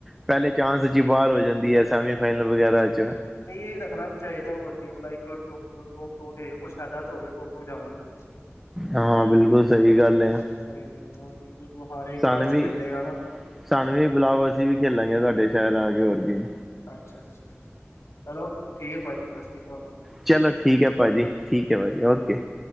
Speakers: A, in the centre; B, on the left.
A: ਪਹਿਲੇ ਚਾਂਸ ਇੱਚ ਈ ਬਾਰ ਹੋ ਜਾਂਦੀ ਐ। ਤਾ ਵੀ ਫਾਈਨਲ ਵਗੈਰਾ ਚ
B: ਨਈ ਜੀ ਰੱਖਣਾ ਵੀ ਚਾਹੀਦੈ ਹੋਰ ਕੀ ਬੰਦਾ ਏਕ ਟੋ ਟੋਪ ਟੂ ਤੇ ਕੁੱਛ ਫੈਦਾ ਤੇ ਹੋਵੇ ਟੋਪ ਟੂ ਚ ਜਾਣ ਦਾ।
A: ਹਾਂ ਬਿਲਕੁਲ ਸਹੀ ਗੱਲ ਹੈ
B: ਸਈ ਗੱਲ ਐ ਕੁੱਛ ਵੋ ਹਾਰੇ
A: ਸਾਨੂੰ
B: ਚਾਂਸ ਤੇ
A: ਵੀ
B: ਮਿਲੇਗਾ ਨਾ।
A: ਸਾਨੂੰ ਵੀ ਬਲਾਓ ਅਸੀਂ ਵੀ ਖੇਲਾਂਗੇ ਤੁਆਡੇ ਸ਼ਹਿਰ ਆ ਕੇ ਹੋਰ ਕੀ।
B: ਅੱਛ-ਅੱਛ-ਅੱਛ ਚਲੋ ਠੀਕ ਐ ਪਾਜੀ ਸਸ ਸ਼੍ਰੀਕਾਲ।
A: ਚਲੋ ਠੀਕ ਐ ਪਾਜੀ ਠੀਕ ਐ ਪਾਜੀ ਓਕੇ।